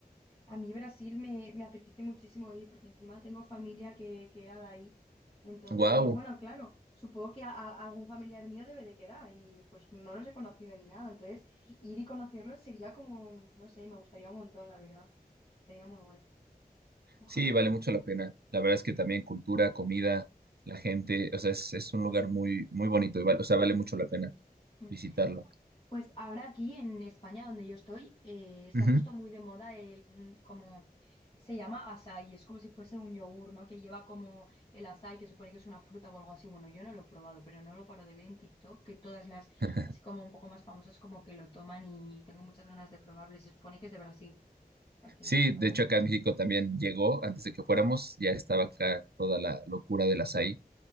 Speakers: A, on the left; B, on the right.
A: A mí Brasil me, me apetece muchísimo ir porque encima tengo familia que, que era de ahí. Entonces,
B: Wow.
A: bueno, claro, supongo que a- a- algún familiar mío debe de quedar y pues no los he conocido ni nada. Entonces, ir y conocerlos sería como, no sé, me gustaría un montón, la verdad. Sería muy guay. Ojalá.
B: Sí, vale mucho la pena. La verdad es que también cultura, comida, la gente, o sea, es, es un lugar muy, muy bonito y vale- o sea, vale mucho la pena
A: Mm.
B: visitarlo.
A: Pues ahora aquí en España, donde yo estoy, eh, se
B: Ujú.
A: ha puesto muy de moda el, un- como se llama açaí, es como si fuese un yogur, ¿no? Que lleva como el açaí, que supone que es una fruta o algo así. Bueno, yo no lo he probado, pero no lo paro de ver en TikTok, que todas las,
B: <laughs>
A: así como un poco más famosas, como que lo toman y tengo muchas ganas de probarlo y se supone que es de Brasil. O sea que
B: Sí,
A: está-
B: de hecho acá en México también llegó, antes de que fuéramos, ya estaba acá toda la locura del açaí.